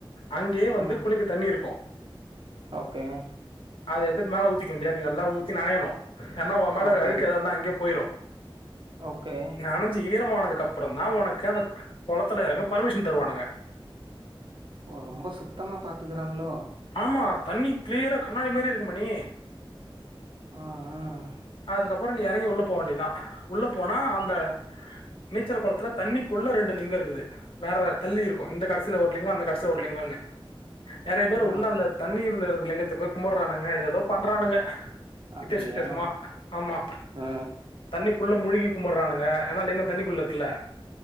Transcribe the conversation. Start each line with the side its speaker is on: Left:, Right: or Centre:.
Left: அங்கேயே வந்து
Right: ம்
Left: குளிக்க தண்ணி இருக்கும்
Right: ஓகே
Left: அது மேல ஊத்திக்க வேண்டியது நல்லா ஊத்தி நனையணும் ஏன்னா உன் மேல
Right: ஓகே
Left: அழுக்கு ஏதா இருந்தா அங்கயே போயிரும்
Right: ஓகே
Left: நனெஞ்சு ஈரமான அதுக்கு அப்புறம் தான் உனக்கு அந்த குளத்துல இறங்க பர்மிஷன் தருவானுங்க
Right: ஓ ரொம்ப சுத்தமா பாத்துக்கறாங்களோ
Left: ஆமா தண்ணி கிளியரா கண்ணாடி மாதிரி இருக்கு மணி
Right: ஆஹ் ஆஹ்
Left: அதுக்கப்புறம் நீ இறங்கி உள்ள போகவேண்டிதுதான் உள்ளே போனா அந்த நீச்சல் குளத்துல தண்ணிக்குள்ள ரெண் லிங்க இருக்குது வேற வேற தள்ளி இருக்கும் இந்த கடைசியல ஒரு லிங்கம் அந்த கடைசில ஒரு லிங்கம்னு நிறைய பேரு
Right: ஆ
Left: உள்ளேஅந்த தண்ணியில் உள்ள லிங்கத் <unintelligible> கும்பிடுறானுங்க ஏதே ஏதோ பண்றானுங்க வித்தியாச
Right: அப்டியா
Left: வித்தியாசமா ஆமா
Right: ஆ
Left: தண்ணிக்குள்ளே முழுகி கும்பிடுறானுங்க ஏனா லிங்கம்தண்ணிக்குள்ள இருக்குல்ல